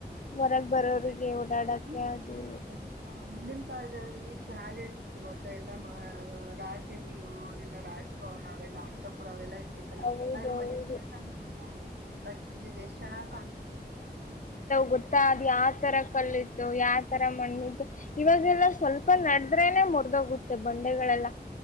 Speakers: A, on the left; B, on the right.
A: ಹೊರಗೆ ಬರೋರಿಗೆ
B: ಇಲ್ಲ
A: ಓಡಾಡಕ್ಕೆ
B: ನಿಮ್ಗೂ
A: ಅದು
B: ಚೆನ್ನಾಗಿರೋದು ಮುಂದಿನ ಕಾಲದಲ್ಲಿ ಚೆನ್ನಾಗಿ ಇರ್ತಿತ್ತು ಗೊತ್ತ ಎಲ್ಲ ರಾಜ್ಯಗಳು ಅವರೆಲ್ಲಾ ರಾಜ ಭವನ್ ಅವೆಲ್ಲ ಅಂತಪುರ ಅವೆಲ್ಲ ಲ್ಲ
A: ಹೌದೌದು
B: ಆದ್ರ ಮದೆ ತ ಎಲ್ಲ ಕಟ್ಿಸ್ತಿದ್ದಿದೆ ಎಷ್ಟ ಚೆನ್ನಾಗ್ ಕಾಣ್ತಲ್ಲ್ಲ
A: ಗೊತ್ತಾದ್ ಯಾವ್ ತರ ಕಲ್ತ್ತು ಯಾವ ತರ ಮಣ್ಣಿದ್ದು ಇವಾಗೆಲ್ಲ ಸ್ವಲ್ಪ ನಡದ್ರೆನೆ ಮುರದೋಗುತ್ತೆ ಬಂಡೆಗಳೆಲ್ಲ